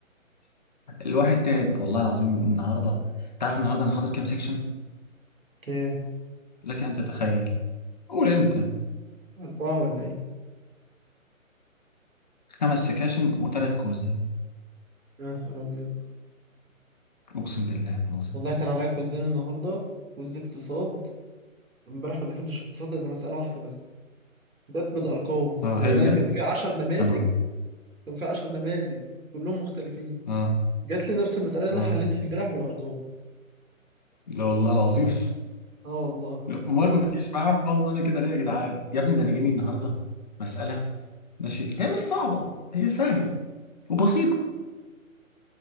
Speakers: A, on the left; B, on the right.
A: الواحد تعب والله العظيم النهارده انت عارف النهارده انا حاضر كام سيكشن
B: ايه
A: لك ان تتخيل قول انت
B: أربعة ولا ايه
A: خمس سكاشن وثلاث كويزات
B: يا نهار أبيض
A: اقسم بالله العظيم
B: والله كان عليا كوزين النهاردة كوز اقتصاد امبارح ما ذاكرتش اقتصاد إلا مسألة واحدة بس جت بالارقام
A: اه
B: يعني
A: هي بجد
B: انا كان في 10 نماذج
A: يا نهار
B: كان في 10 نماذج كلهم مختلفين
A: اه
B: جات لي نفس المساله اللي
A: اه
B: انا حليتها امبارح بالارقام
A: لا والله العظيم <laughs>
B: اه والله
A: لا، امال ما تجيش معايا حظ انا كده ليه يا جدعان يا ابني ده انا جاني النهارده مساله ماشي هي مش صعبه هي سهله وبسيطه